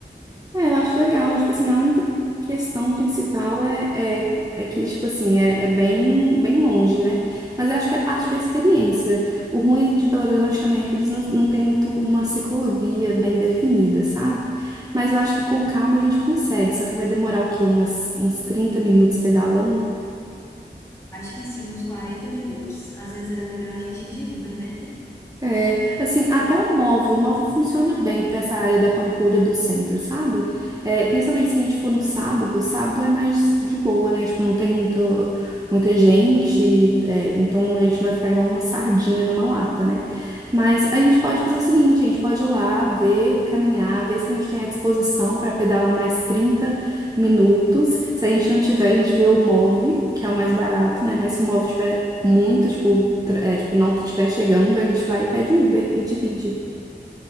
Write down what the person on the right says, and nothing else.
É, eu acho legal. Tipo assim, a única questão principal é, é, é que, tipo assim, é, é bem, bem longe, né? Mas eu acho que é parte da experiência. O ruim de Belo Horizonte também é que eles não, não têm muito uma ciclovia bem definida, sabe? Mas eu acho que com calma a gente consegue. Só que vai demorar o quê? Umas, uns 30 minutos pedalando?
É, assim, até o móvel, o móvel funciona bem para essa área da Pampulha do centro, sabe? É, principalmente se a gente for no sábado, sábado é mais de boa, né? Tipo, não tem muito, muita gente, é, então a gente não vai ficar igual uma sardinha numa lata, né? Mas a gente pode fazer o seguinte, a gente pode ir lá, ver, caminhar, ver se a gente tem a disposição para pedalar mais trinta minutos. Se a gente não tiver, a gente vê o Move, que é o mais barato, né? Mas se o Move muito, tipo, tra- é, tipo, não estiver chegando, a gente vai e pede Uber e divide.